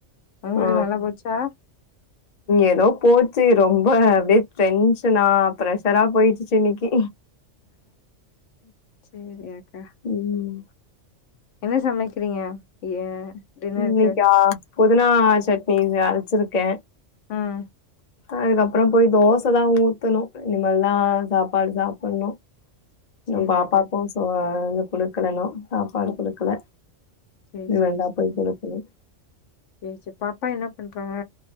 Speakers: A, on the left; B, on the left.
A: அவங்ளுக்
B: ஆ
A: நல்லா போச்சா
B: ஏதோ போச்சு ரொம்ப அப்டியே டென்ஷனா ப்ரஷரா போயிருச்சு இன்னைக்கு
A: சேரி அக்கா
B: உம்
A: என்ன சமைக்கறீங்க ஏ டின்னருக்கு
B: இன்னைக்கா புதினா சட்னி அரைச்சிருக்கே
A: ம்
B: அதுக்கப்றோ போய் தோச தா ஊத்தணு இனிமல்தா சாப்பாடு சாப்படுணு இன்னு
A: செரி
B: பாப்பாக்கு
A: அக்கா
B: சோ இ குடுக்கலன்னு சாப்பாடு குடுக்கல
A: சேரி
B: இனிமேல்
A: சேரி
B: தான்
A: சேரி
B: போய் குடுக்கணும்.
A: சேரி சேர் பாப்பா என்ன பண்றாங்க